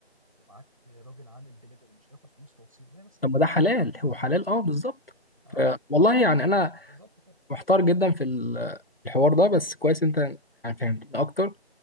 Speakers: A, on the right; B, on the left.
A: وبعت راجل عامل دليفري مش هياخد فلوس توصيل ما هي نفس الفكره
B: طب ما ده حلال هو حلال اه بالظبط
A: اه
B: ف- والله يعني انا
A: بالظبط كده
B: محتار جدا في ال- الحوار ده بس كويس انت يعني فهمتني اكتر